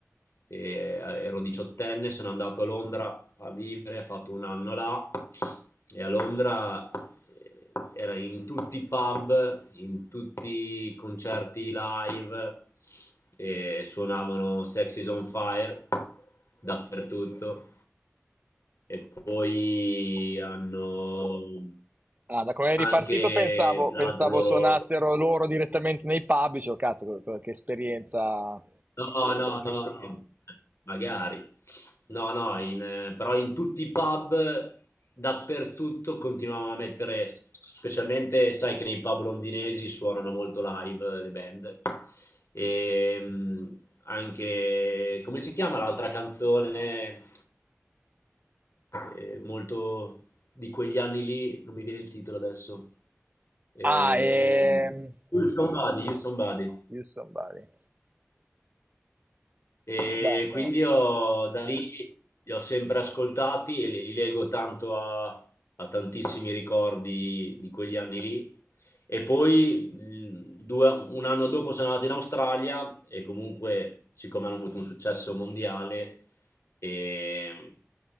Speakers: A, on the left (about 80°); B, on the right (about 35°).
A: e eh, ero diciottenne, sono andato a Londra a vivere, ho fatto un anno là e a Londra eh, era in tutti i pub, in tutti i concerti live e suonavano Sex is on Fire dappertutto e poi hanno
B: Ah, da come è
A: anche
B: ripartito pensavo,
A: l'altro
B: pensavo
A: loro...
B: suonassero loro direttamente nei pub, dicevo, cazzo, co- co- che esperienza...
A: No, no, no, no, magari. No, no, in, eh, però in tutti i pub, dappertutto, continuavano a mettere, specialmente sai che nei pub londinesi suonano molto live eh, le band. E, mm, anche, come si chiama l'altra canzone? eh, molto di quegli anni lì, non mi viene il titolo adesso. Ehm,
B: Ah, e...
A: You Somebody, You Somebody.
B: You Somebody.
A: E
B: Beh, sono-
A: quindi ho- da lì li ho sempre ascoltati e li, li lego tanto a, a tantissimi ricordi di quegli anni lì. E poi mh, due- un anno dopo sono andato in Australia e comunque, siccome hanno avuto un successo mondiale, e